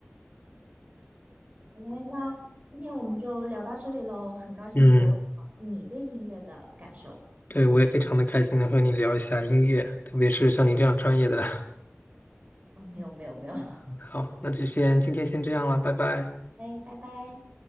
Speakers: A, on the right; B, on the left.
A: 好嘞，那今天我们就聊到这里喽，很高兴你跟我分享你对音乐的感受。
B: 嗯，对，我也非常的开心能和你聊一下音乐，特别是像你这样专业的。
A: 哦，没有没有没有，<laughs>
B: <laughs> 好，那就先今天先这样了，拜拜。
A: 哎，拜拜。